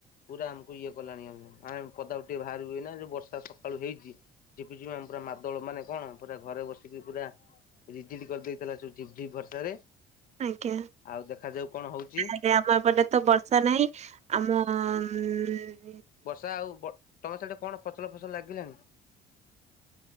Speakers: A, on the left; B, on the right.
A: ପୁରା ଆମକୁ ଇଏ କଲାଣି ଆମକୁ ଆମେ ପଦାକୁ ଟିକେ ବାହାରିବୁ ଏଇନା ଯୋଉ ବର୍ଷା ସକାଳୁ ହେଇଚି ଯିବୁ-ଯିବୁ ଆମ ପୁରା ମାଦଳ ମାନେ କଣ ପୁରା ଘରେ ବସିକି ପୁରା ରିଜିଡ଼ି କରିଦେଇଥିଲା ଯୋଉ ଝିପ୍-ଝିପ୍ ବର୍ଷାରେ।
B: ଆଜ୍ଞା।
A: ଆଉ ଦେଖାଯାଉ କଣ ହଉଚି।
B: ଆଜ୍ଞା ଆମ ଏପଟେ ତ ବର୍ଷା ନାହିଁ, ଆମ ଉଁ
A: ବର୍ଷା ଆଉ ତମ ସେଇଠି କଣ ଫସଲ-ଫସଲ ଲାଗିଲାଣି?